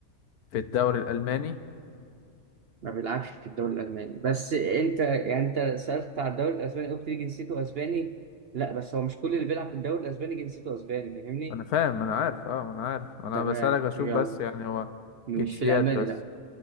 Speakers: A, on the left; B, on the right.
A: في الدوري الالماني
B: ما بيلعبش في الدوري الألماني بس أنت يعني أنت سألت على الدوري الأسباني قلت لي جنسيته أسباني لا بس هو مش كل اللي بيلعب في الدوري الأسباني جنسيته أسباني فاهمني
A: انا فاهم ما انا عارف اه ما انا عارف ما انا
B: تمام
A: بسالك اشوف
B: يلا
A: بس يعني هو
B: مش
A: جنسيات
B: في الألماني
A: بس
B: لا